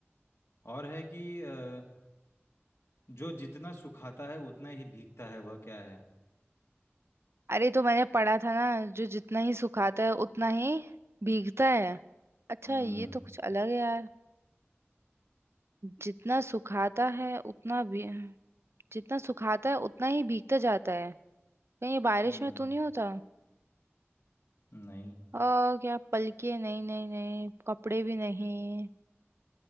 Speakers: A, on the left; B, on the right.
A: और है कि अ, जो जितना सुखाता है उतना ही भीगता है वह क्या है
B: अरे तो मैंने पढ़ा था ना जो जितना ही सुखाता है उतना ही भीगता है अच्छा
A: हम्म
B: ये तो कुछ अलग है यार जितना सुखाता है उतना भी जितना सुखाता है उतना ही भीगता जाता है कहीं ये बारिश
A: हम्म
B: में तो नहीं होता
A: नहीं
B: आ, क्या पलके नहीं नहीं नहीं कपड़े भी नहीं